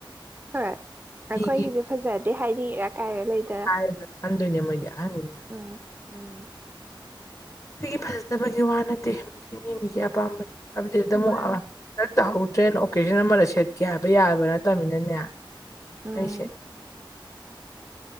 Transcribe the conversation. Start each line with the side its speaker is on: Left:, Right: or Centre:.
Right: ꯍꯣꯏ ꯑꯩꯈꯣꯏꯒꯤꯁꯦ
Left: ꯃꯤꯒꯤ
Right: ꯐꯖꯗꯦ ꯍꯥꯏꯗꯤ <unintelligible> ꯂꯩꯗꯅ
Left: ꯍꯥꯏꯔꯗ꯭ꯔꯥ ꯈꯟꯗꯣꯏꯅꯦ ꯃꯣꯏꯗꯤ ꯑꯍꯟꯅꯤꯅ
Right: ꯎꯝ ꯎꯝ
Left: ꯑꯩꯈꯣꯏꯒꯤ ꯐꯖꯗꯕꯒꯤ ꯋꯥ ꯅꯠꯇꯦ ꯃꯁꯤ ꯃꯤ ꯃꯤꯒꯤ ꯑꯄꯥꯝꯕꯅꯤ ꯍꯥꯏꯕꯗꯤ ꯑꯗꯨꯝ
Right: ꯃꯥꯅꯦ
Left: ꯍꯗ ꯇꯧꯍꯧꯗ꯭ꯔꯦ ꯑꯣꯀꯦꯖꯟ ꯑꯃꯗ ꯁꯦꯠꯀꯦ ꯍꯥꯏꯕ ꯌꯥꯕ ꯅꯠꯇꯕꯃꯤꯅꯅꯦ
Right: ꯎꯝ
Left: ꯑꯩ ꯁꯦꯠꯀ